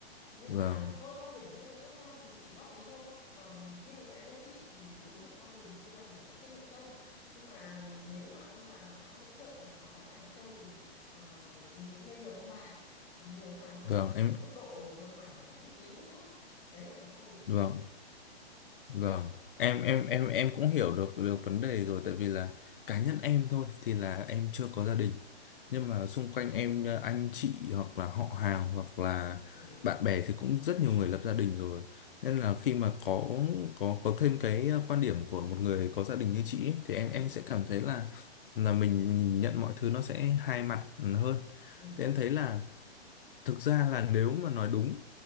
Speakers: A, on the left; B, on the left.
A: nhưng
B: vâng
A: mà thôi quan điểm của mỗi người khác nhau thì mình chỉ góp ý thôi còn riêng với cá nhân chị thì đúng là con mình sinh ra mình phải có trách nhiệm trông nhưng mà nếu mà ông bà mà đã hỗ trợ và có khả năng trông thì ờ, mình cũng nên nhờ ông bà nên nhờ ông bà nhưng
B: vâng
A: mà chỉ
B: em
A: ở mức độ vừa phải và phải biết ý một chút đấy là cái quan điểm của chị
B: vâng Vâng, em em em em cũng hiểu được được vấn đề rồi tại vì là cá nhân em thôi thì là em chưa có gia đình.
A: ừ
B: Nhưng mà xung quanh em ờ, anh chị hoặc là họ hàng hoặc là
A: ừ
B: bạn bè thì cũng rất nhiều người lập gia đình rồi. Nên là khi mà có có có thêm cái ờ, quan điểm của một người có gia đình như chị ấy, thì em
A: ừ
B: em sẽ cảm thấy là là mình nhìn nhận mọi thứ nó sẽ hai mặt hơn.
A: ừ
B: Thì em thấy là thực ra là nếu mà nói đúng